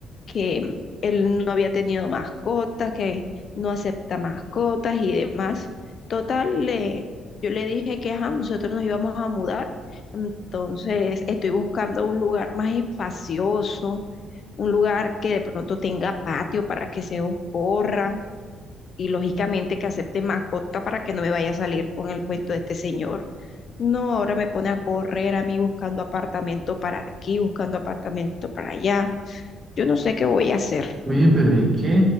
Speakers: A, on the left; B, on the right.
A: que él no había tenido mascotas, que no acepta mascotas y demás. Total, le, yo le dije que ajá, nosotros nos íbamos a mudar, entonces estoy buscando un lugar más espacioso, un lugar que de pronto tenga patio para que Zeus corra y lógicamente que acepte mascota para que no me vaya a salir con el cuento de este señor. No, ahora me pone a correr a mí buscando apartamento para aquí, buscando apartamento para allá. Yo no sé qué voy a hacer.
B: Oye, pero es que